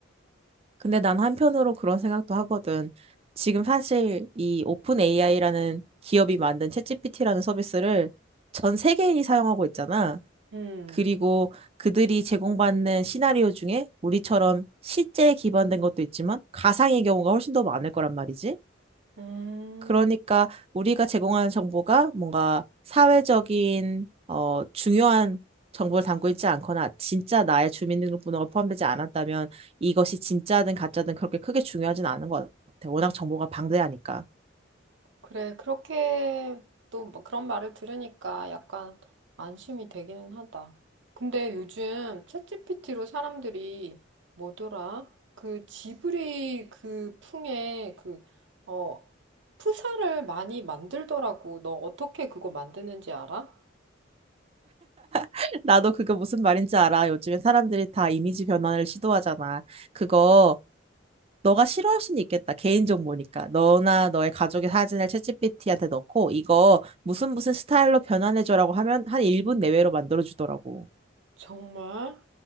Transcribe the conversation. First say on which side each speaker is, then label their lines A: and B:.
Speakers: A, on the right; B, on the right.
A: 근데 난 한편으로 그런 생각도 하거든. 지금 사실 이 오픈 AI라는 기업이 만든 챗GPT라는 서비스를 전 세계인이 사용하고 있잖아.
B: 음,
A: 그리고 그들이 제공받는 시나리오 중에 우리처럼 실제에 기반된 것도 있지만 가상의 경우가 훨씬 더 많을 거란 말이지.
B: 음,
A: 그러니까 우리가 제공하는 정보가 뭔가 사회적인 어, 중요한 정보를 담고 있지 않거나 진짜 나의 주민등록번호가 포함되지 않았다면 이것이 진짜든 가짜든 그렇게 크게 중요하진 않은 것 같아. 워낙 정보가 방대하니까.
B: 그래. 그렇게 또뭐 그런 말을 들으니까 약간 안심이 되기는 하다. 근데 요즘 챗GPT로 사람들이 뭐더라? 그 지브리 그 풍의 그, 어, 푸사를 많이 만들더라고. 너 어떻게 그거 만드는지 알아?
A: <laughs> 나도 그게 무슨 말인지 알아. 요즘에 사람들이 다 이미지 변환을 시도하잖아. 그거 너가 싫어할 수는 있겠다. 개인 정보니까. 너나 너의 가족의 사진을 챗GPT한테 넣고 이거 무슨 무슨 스타일로 변환해줘라고 하면 한 1분 내외로 만들어주더라고.
B: 정말?